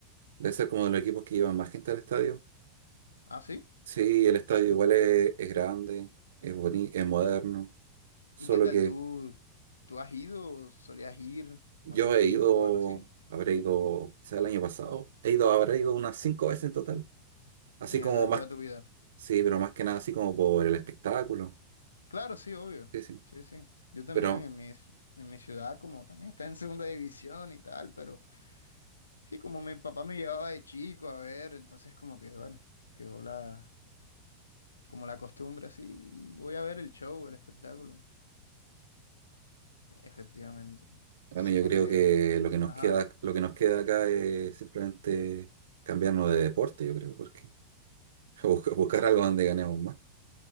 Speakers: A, on the right; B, on the left.
A: debe ser como de los equipos que llevan más gente al estadio.
B: Ah, sí.
A: Sí, el estadio igual es, es grande, es bonito, es moderno. Solo
B: ¿Y qué tal?
A: que
B: ¿Tú, tú has ido o solías ir
A: yo
B: cuando chico
A: he ido,
B: o algo así?
A: habré ido, quizá el año pasado, he ido, habré ido unas cinco veces en total. Así
B: Eh,
A: como
B: Ajá, en
A: más
B: toda tu vida.
A: Sí, pero más que nada así como por el espectáculo.
B: Claro, sí, obvio.
A: Sí, sí.
B: Sí, sí. Yo también
A: Pero
B: en mi, ci- en mi ciudad, como también está en segunda división y tal, pero sí, como mi papá me llevaba de chico a ver, entonces como que, bueno, quedó la, como la costumbre así y voy a ver el show, el espectáculo, efectivamente.
A: bueno,
B: Solo
A: yo creo
B: que,
A: que lo que nos
B: ajá,
A: queda, lo que nos queda acá es simplemente cambiarnos de deporte, yo creo, porque <laughs> busca- buscar algo donde ganemos más,